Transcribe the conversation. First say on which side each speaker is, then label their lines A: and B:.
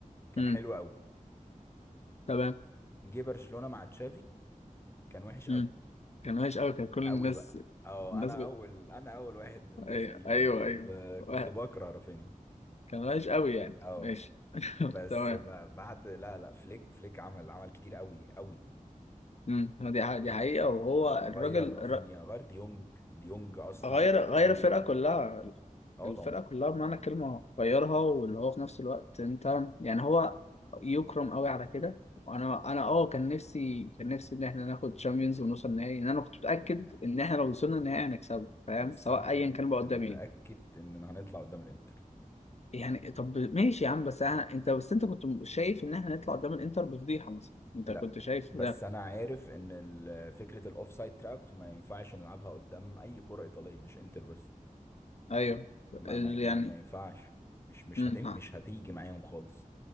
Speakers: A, on the left; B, on the left.
A: كان
B: امم
A: حلو قوي
B: تمام
A: جه برشلونه مع تشافي كان وحش
B: امم
A: قوي
B: كان وحش قوي كان كل
A: قوي
B: الناس
A: بقى اه
B: الناس
A: انا اول انا اول واحد من الناس
B: ايوه
A: دي
B: ايوه
A: انا كنت
B: ايوه واحد.
A: كنت بكره رافينيا
B: كان وحش قوي يعني
A: اه
B: ماشي <laughs>
A: بس
B: تمام
A: ب- بعد لا لا فليك فليك عمل عمل كتير قوي قوي
B: امم دي ح- دي حقيقة وهو
A: هو
B: الراجل
A: غير رافينيا
B: ر-
A: غير ديونج ديونج اصلا
B: غير
A: كان
B: غير
A: ميت
B: الفرقة كلها
A: اه
B: الفرقة
A: طبعا
B: كلها بمعنى الكلمة غيرها واللي هو في نفس الوقت انت يعني هو يكرم قوي على كده وانا انا اه كان نفسي كان نفسي ان احنا ناخد تشامبيونز ونوصل نهائي ان انا كنت متأكد ان احنا لو وصلنا النهائي هنكسبه فاهم
A: بس
B: سواء
A: انا كنت
B: ايا كان بقى قدام
A: متأكد
B: مين
A: اننا هنطلع قدام الانتر
B: يعني طب ماشي يا عم بس أنا... انت بس انت كنت شايف ان احنا نطلع قدام الانتر بفضيحه مثلا انت
A: لا
B: كنت شايف
A: بس
B: ده
A: انا عارف ان ال- فكرة الاوف سايد تراب ما ينفعش نلعبها قدام اي كرة ايطالية مش انتر بس
B: ايوه
A: ما
B: ال-
A: ما ما,
B: يعني
A: ما ينفعش مش مش
B: مم.
A: هتم
B: ها.
A: مش هتيجي معاهم خالص